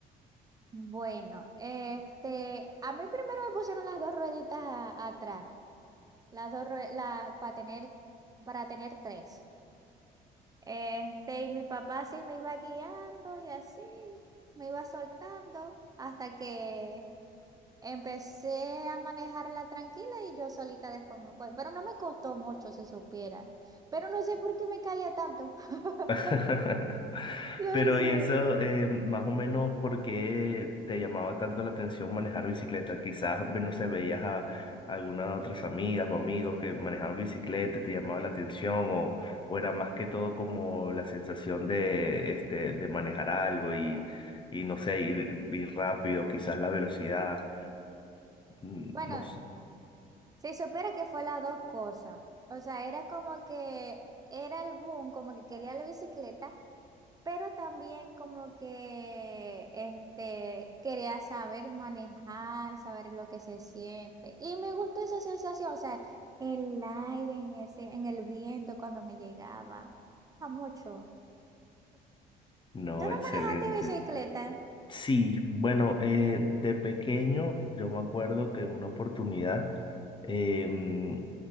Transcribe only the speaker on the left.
<laughs>
Pero y
eso, eh, más o menos, ¿por qué te llamaba tanto la atención manejar bicicleta? Quizás, ve- no sé, veías a, algunas otras amigas o amigos que manejaban bicicleta, te llamaba la atención o, o era más que todo como la sensación de, este, de manejar algo y, y no sé, ir, ir rápido, quizás la velocidad. Mm,
No, s-
no,
excelente.
Sí, bueno, eh, de pequeño yo me acuerdo que en una oportunidad em,